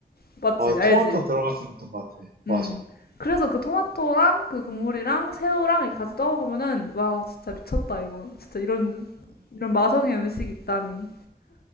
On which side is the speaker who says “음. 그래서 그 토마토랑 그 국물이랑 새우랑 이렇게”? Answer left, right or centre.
Left